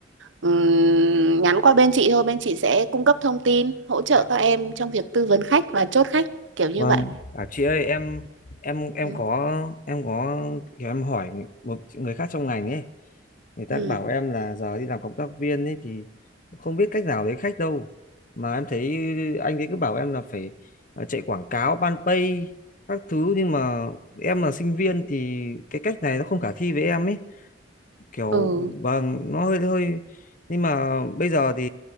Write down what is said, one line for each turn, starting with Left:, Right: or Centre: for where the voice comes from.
Right: ừm, nhắn qua bên chị thôi bên chị sẽ cung cấp thông tin hỗ trợ
Left: dạ dạ.
Right: các em trong việc tư vấn khách và chốt khách kiểu như
Left: Vâng,
Right: vậy
Left: à, chị ơi em em em
Right: ừ
Left: có em có kiểu em hỏi một người khác trong ngành ấy, người ta
Right: ừ
Left: bảo em là giờ đi làm cộng tác viên ấy thì không biết cách nào lấy khách đâu. Mà em thấy anh ấy cứ bảo em là phải à, chạy quảng cáo, ban pay các thứ nhưng mà em là sinh viên thì cái cách này nó không khả thi với em ấy. Kiểu
Right: ừ,
Left: vâng, nó hơi hơi nhưng mà bây giờ thì